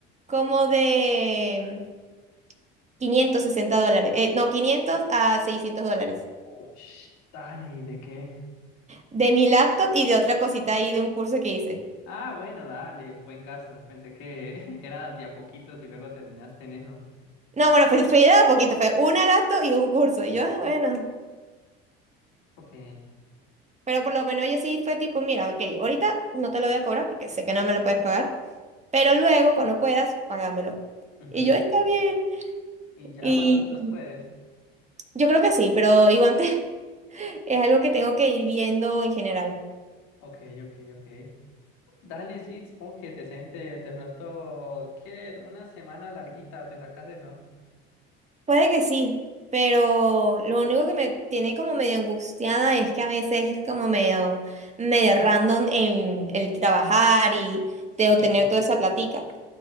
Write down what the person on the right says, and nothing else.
Como de 560 dólares, eh, no, 500 a 600 dólares.
De mi laptop y de otra cosita ahí de un curso que hice.
No, bueno, fue, fue de a poquito, fue una laptop y un curso. Y yo, ah, bueno,
pero por lo menos yo sí fue tipo, mira, ok, ahorita no te lo voy a cobrar porque sé que no me lo puedes pagar, pero luego cuando puedas, págamelo.
Y yo, está bien.
Y
yo creo que sí, pero igual te- <laughs> es algo que tengo que ir viendo en general.
Puede que sí, pero lo único que me tiene como medio angustiada es que a veces es como medio, medio random en el trabajar y de
obtener
toda esa platica.